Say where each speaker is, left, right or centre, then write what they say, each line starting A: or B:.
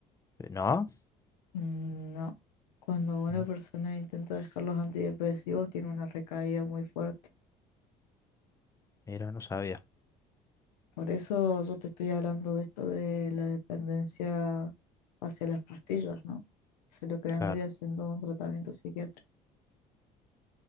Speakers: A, on the left; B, on the left.
A: Eh, ¿No?
B: Mm, No, cuando una
A: No,
B: persona intenta dejar los antidepresivos tiene una recaída muy fuerte.
A: Mira, no sabía.
B: Por eso yo te estoy hablando de esto de la dependencia hacia las pastillas, ¿no? Eso es lo que vendría
A: Claro.
B: siendo un tratamiento psiquiátrico.